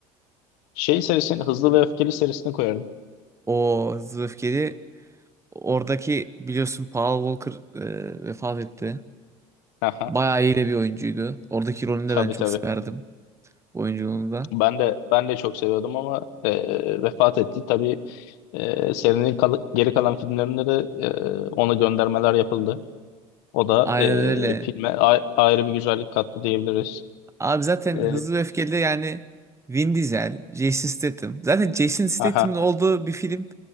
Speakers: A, on the left; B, on the right.
A: Şey serisini Hızlı ve Öfkeli serisini koyarım.
B: O Hızlı ve Öfkeli oradaki biliyorsun Paul Walker e, vefat etti.
A: Aha.
B: Bayağı iyi de bir oyuncuydu. Oradaki rolünü
A: Tabii
B: de ben çok
A: tabii.
B: severdim oyunculuğunu da.
A: Ben de ben de çok seviyordum ama e, vefat etti. Tabii e, serinin kal- geri kalan filmlerinde de e, ona göndermeler yapıldı. O da
B: Aynen
A: e,
B: öyle.
A: filme a- ayrı bir güzellik kattı diyebiliriz.
B: Abi zaten
A: E,
B: Hızlı ve Öfkeli yani Vin Diesel, Jason Statham. Zaten Jason Statham'ın
A: aha,
B: olduğu bir film